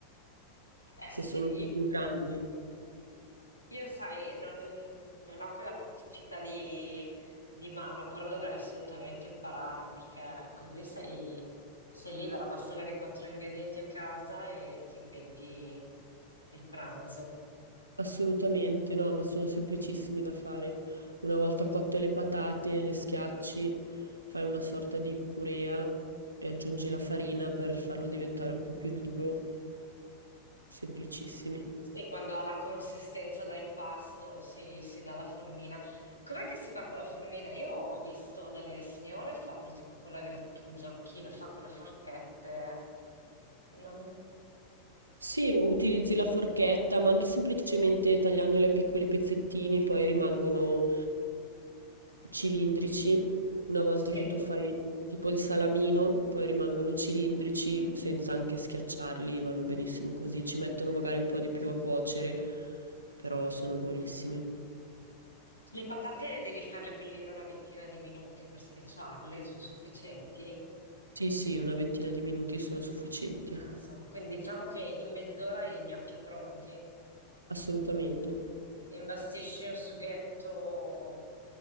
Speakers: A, on the left (about 80°); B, on the right (about 80°).
A: Eh
B: se
A: sì,
B: sono un po' più grandi.
A: Io, sai, non, non ho quella praticità di, di mano, però dovrei assolutamente imparare perché così sei, sei libera, basta avere quattro ingredienti a casa e ti inventi il pranzo.
B: Assolutamente, no, ma sono semplicissimi da fare. Una volta cotte le patate, le schiacci, fai una sorta di purea e aggiungi la farina per farlo diventare un po' più duro. Semplicissimi.
A: Sì, quando ha la consistenza da impasto si, si dà la formina. Com'è che si fa con la formina? Io ho visto delle signore farlo tipo con la grattugia, chi lo fa con le forchette. Non...
B: Sì, o utilizzi la forchetta, ma anche semplicemente tagliandoli a piccoli pezzettini, poi rimangono cilindrici, una volta
A: Sì.
B: che tu fai tipo il salamino, poi rimangono cilindrici senza anche schiacciarli, vanno benissimo così, ci mettono magari un po' di più a cuocere, però sono buonissimi.
A: Le patate devi farle bollire una ventina di minuti per schiacciarle, sono sufficienti?
B: Sì, sì, una ventina di minuti sono sufficienti,
A: Ah, insomma, quindi diciamo che in mezz'ora hai i gnocchi pronti.
B: assolutamente,
A: Imbastisci un sughetto